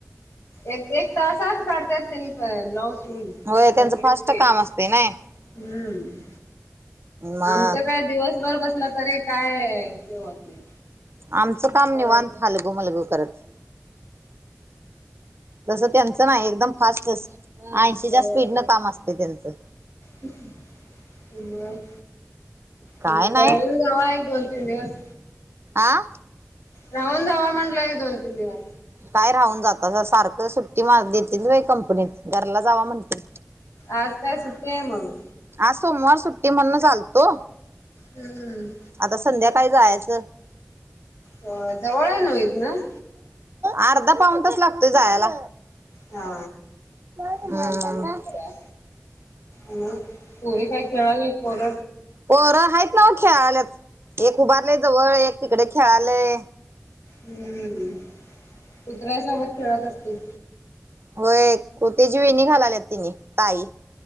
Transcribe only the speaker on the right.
होय
त्यांचं
फास्ट
काम असते ना मग
आमचं काम
निवांत हलगु मलगु करत. तस त्यांच नाही एकदम फास्ट ऐंशीच्या
स्पीड न काम असतय त्यांचं
काय
नाही
आं
काय राहून जातासा सारखं सुट्टी मा देतील होय कंपनीत घरला जावा. म्हणतील
आज सोमवार सुट्टी म्हणूनच आलतो.
आता संध्याकाळी जायचं.
अर्धा पाऊन तास लागतोय जायला.
हम्म
पोर हायत नव खेळाल्यात एक उभारलय जवळ एक तिकड खेळालय.
होय कोत्याची वेणी घालाल्यात तेणी ताई